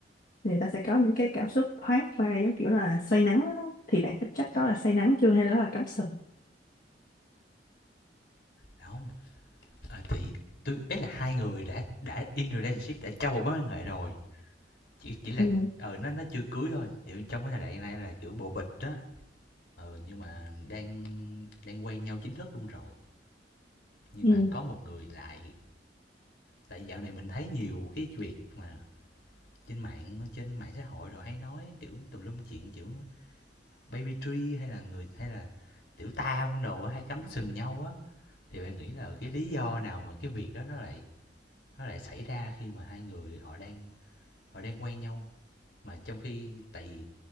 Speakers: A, on the left (about 50°); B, on the left (about 65°).
A: người ta sẽ có những cái cảm xúc thoáng qua giống kiểu là say nắng á. Thì bạn có chắc đó là say nắng chưa hay đó là cắm sừng?
B: Dạ không à, thì tôi ấy là hai người đã đã in relationship đã trong một mối quan hệ rồi chỉ chỉ là
A: Ừ,
B: ờ ừ, nó nó chưa cưới thôi kiểu trong cái thời đại này là kiểu bồ bịch đó ờ nhưng mà đang đang quen nhau chính thức luôn rồi nhưng
A: ừ,
B: mà có một người lại tại dạo này mình thấy nhiều cái việc mà trên mạng trên mạng xã hội rồi hay nói kiểu tùm lum chuyện kiểu baby tree hay là người hay là tiểu tam đồ hay cắm sừng nhau á thì bạn nghĩ là cái lý do nào mà cái việc đó nó lại nó lại xảy ra khi mà hai người họ đang họ đang quen nhau mà trong khi tại vì